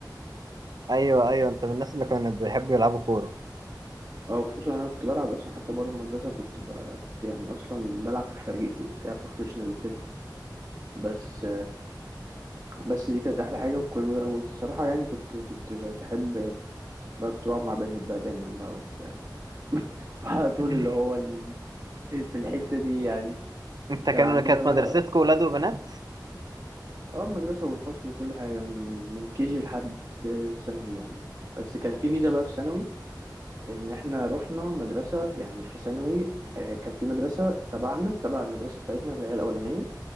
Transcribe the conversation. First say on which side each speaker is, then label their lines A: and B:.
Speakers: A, on the right; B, on the right.
A: ايوه ايوه انت من الناس اللي كانوا بيحبوا يلعبوا كوره
B: أو خصوصا أنا كنت بلعب أصلا حتى بره المدرسة كنت ب... كنت يعني أصلا بلعب في فريق وبتاع بروفيشنال وكده بس بس دي كانت أحلى حاجة وكل- والصراحة يعني كنت كنت ب- بحب بقى كنت بقعد مع بنات بقى دايما بقى وبتاع <laughs> على طول
A: <laughs>
B: اللي هو ال... في في الحتة دي يعني
A: انت
B: كان
A: كان
B: عندنا
A: كانت
B: بقى
A: مدرستكم ولاد وبنات
B: اه المدرسة والفصل وكل حاجة من من جي لحد ثانوي يعني بس كان في ميزة بقى في ثانوي إن إحنا رحنا مدرسة يعني في ثانوي آه، كان في مدرسة تبعنا تبع المدرسة بتاعتنا اللي هي الأولانية